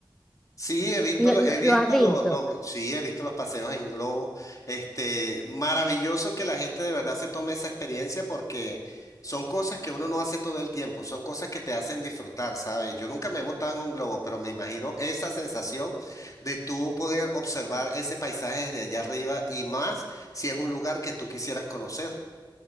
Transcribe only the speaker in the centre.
¿Lo,
lo-
lo has visto?